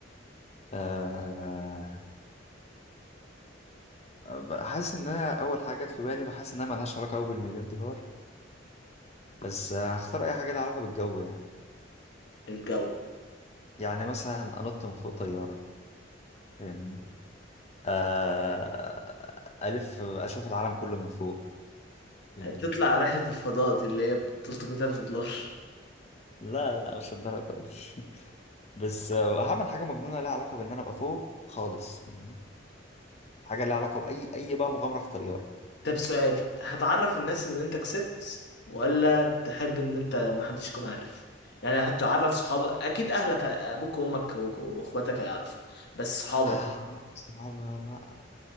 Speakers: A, on the left; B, on the left.
A: أه آه، حاسس ان انا اول حاجه جت في بالي بحس انها ملهاش علاقه قوي بالمليون دولار بس آه، هختار اي حاجه لها علاقه بالجو يعني
B: الجو
A: يعني مثلا انط من فوق طياره فاهمني أه الف اشوف العالم كله من فوق فاهمني
B: تطلع رحله الفضاء دي اللي هي ب 300 الف دولار
A: لا لا مش الدرجه دي <laughs> بس آه، هعمل حاجه مجنونه لها علاقه بان انا ابقى فوق خالص فاهمني حاجه لها علاقه باي اي بقى مغامره في طياره
B: طب سؤال هتعرف الناس ان انت كسبت ولا تحب ان انت محدش يكون عارف يعني هتعرف صحابك اكيد اهلك ابوك وامك و- واخواتك هيعرفوا بس صحابك
A: <laughs> <sighs> صعب ولا لا